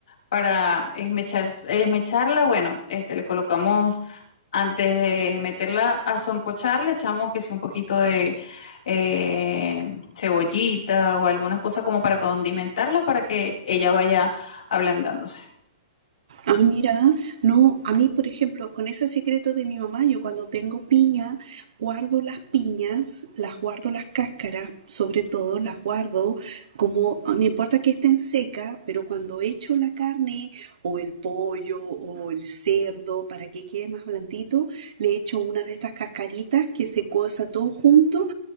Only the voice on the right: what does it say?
Ah, mira, no, a mí, por ejemplo, con ese secreto de mi mamá, yo cuando tengo piña, guardo las piñas, las guardo las cáscaras, sobre todo las guardo como, no importa que estén secas, pero cuando echo la carne o el pollo o el cerdo para que quede más blandito, le echo una de estas cascaritas que se cosa todo junto